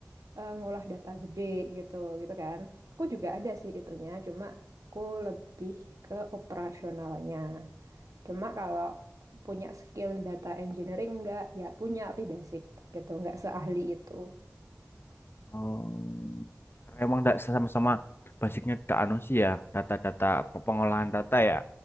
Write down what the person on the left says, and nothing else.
Oh, karena emang nggak sama-sama basicnya tak anu sih ya data-data pe- pengolahan data ya.